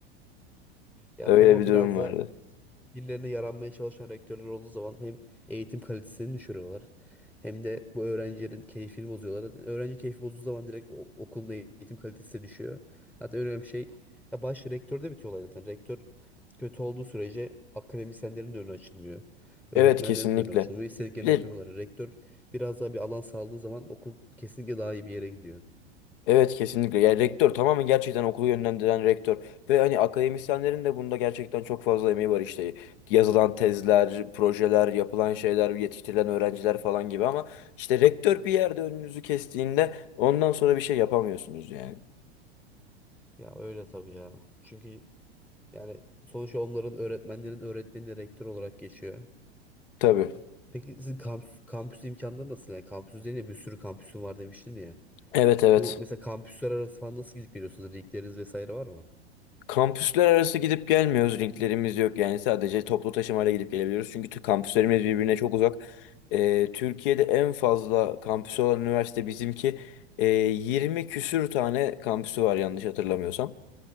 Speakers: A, in the centre; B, on the left (about 55°).
A: Ya
B: Öyle
A: tabii o
B: bir
A: biraz
B: durum vardı.
A: da birilerine yaranmaya çalışan rektörler olduğu zaman hem eğitim kalitesini düşürüyorlar hem de bu öğrencilerin keyfini bozuyorlar. Öğrenci keyfi bozduğu zaman direkt o- okulun eğitim kalitesi de düşüyor. Hatta en önemli şey ya baş rektörde bitiyor olay zaten. Rektör kötü olduğu sürece akademisyenlerin de önü açılmıyor. Öğretmenlerin
B: Evet kesinlikle.
A: de önü açılmıyor. İstediklerini
B: Bir de
A: yapamıyorlar. Rektör biraz daha bir alan sağladığı zaman okul kesinlikle daha iyi bir yere gidiyor.
B: evet kesinlikle. Yani rektör tamamen gerçekten okulu yönlendiren rektör. Ve hani akademisyenlerin de bunda gerçekten çok fazla emeği var işte. Yazılan tezler, projeler, yapılan şeyler, yetiştirilen öğrenciler falan gibi ama işte rektör bir yerde önünüzü kestiğinde ondan sonra bir şey yapamıyorsunuz yani.
A: Ya öyle tabii ya. Çünkü yani sonuçta onların öğretmenlerin öğretmeni de rektör olarak geçiyor.
B: Tabii.
A: Peki sizin kampüs, kampüs imkanları nasıl? Yani kampüs üzerine bir sürü kampüsün var demiştin ya.
B: Evet evet.
A: Bu mesela kampüsler arası falan nasıl gidip geliyorsunuz? Ligleriniz vesaire var mı?
B: Kampüsler arası gidip gelmiyoruz. linklerimiz yok. Yani sadece toplu taşımayla gidip gelebiliyoruz. Çünkü t- kampüslerimiz birbirine çok uzak. Ee, Türkiye'de en fazla kampüsü olan üniversite bizimki. Ee, 20 küsür tane kampüsü var yanlış hatırlamıyorsam.